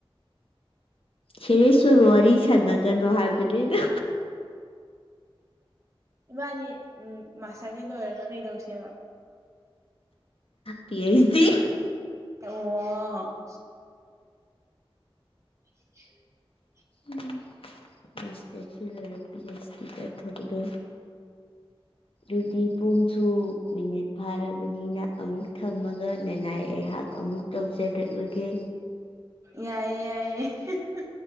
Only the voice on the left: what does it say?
ꯁꯦꯔꯦꯁ ꯑꯣꯏꯕ ꯋꯥꯔꯤ ꯁꯥꯟꯅꯒꯅꯣ ꯍꯥꯏꯕꯅꯤꯗ
ꯄꯤ ꯑꯩꯆ ꯗꯤ
ꯎꯝ ꯃꯁꯇꯔ ꯁꯦ ꯂꯣꯏꯔ ꯄꯤꯁ ꯑꯩꯆ ꯗꯤ ꯇꯧꯊꯣꯛꯀꯗꯣꯏ ꯗꯨꯗꯤꯄꯨꯡ ꯁꯨ ꯃꯤꯅꯤꯠ ꯐꯥꯔꯕꯅꯤꯅ ꯑꯃꯨꯛ ꯊꯝꯃꯒ ꯅꯅꯥꯏ ꯑꯩꯍꯥꯛ ꯑꯃꯨꯛ ꯇꯧꯖꯔꯛ ꯂꯒꯦ